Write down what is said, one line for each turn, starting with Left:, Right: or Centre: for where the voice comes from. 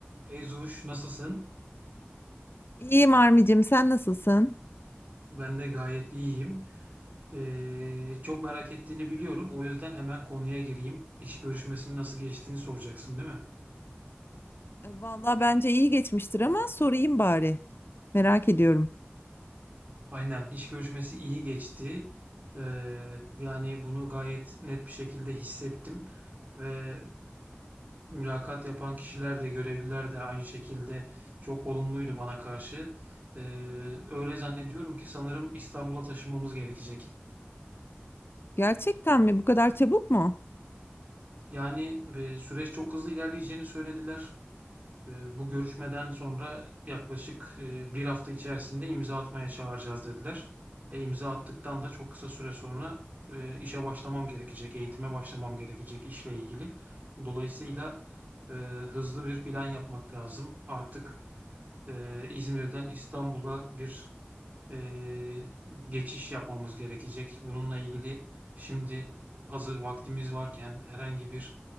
Right: Beyzuş nasılsın?
Left: İyiyim Armi'cim, sen nasılsın?
Right: Ben de gayet iyiyim. Ee, çok merak ettiğini biliyorum. O yüzden hemen konuya gireyim. İş görüşmesinin nasıl geçtiğini soracaksın, değil mi?
Left: E, Vallahi bence iyi geçmiştir ama sorayım bari. Merak ediyorum.
Right: Aynen, iş görüşmesi iyi geçti. Ee, yani bunu gayet net bir şekilde hissettim. Ve mülakat yapan kişiler de görevliler de aynı şekilde çok olumluydu bana karşı. Ee, öyle zannediyorum ki sanırım İstanbul'a taşınmamız gerekecek.
Left: Gerçekten mi? Bu kadar çabuk mu?
Right: Yani e, süreç çok hızlı ilerleyeceğini söylediler. Eee, bu görüşmeden sonra yaklaşık, eee, 1 hafta içerisinde imza atmaya çağıracağız dediler. E, imza attıktan da çok kısa süre sonra, eee, işe başlamam gerekecek, eğitime başlamam gerekecek işle ilgili. Dolayısıyla, eee, hızlı bir plan yapmak lazım. Artık, eee, İzmir'den İstanbul'a bir, eee, geçiş yapmamız gerekecek. Bununla ilgili şimdi hazır vaktimiz varken, herhangi bir